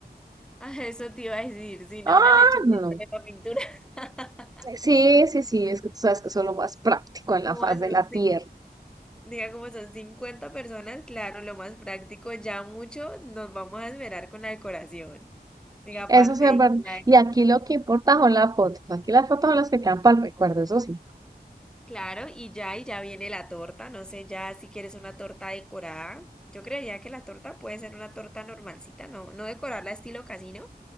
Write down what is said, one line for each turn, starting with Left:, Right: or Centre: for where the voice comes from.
Centre: Ah, eso te iba a decir, si no
Right: Ah,
Centre: una lechona
Right: no.
Centre: y sale la pintura. <laughs>
Right: Sí, sí, sí, es que tú sabes que eso es lo más práctico en
Centre: Como
Right: la faz
Centre: son,
Right: de la
Centre: cin-
Right: tierra.
Centre: diga, como son 50 personas, claro, lo más práctico, ya mucho nos vamos a esperar con la decoración. Diga, aparte,
Right: Eso sí
Centre: de
Right: es verdad.
Centre: que la-
Right: Y aquí lo que importa son las fotos. Aquí las fotos son las que quedan para el recuerdo, eso sí.
Centre: Claro, y ya, y ya viene la torta. No sé ya si quieres una torta decorada. Yo creería que la torta puede ser una torta normalcita, no, no decorarla estilo casino,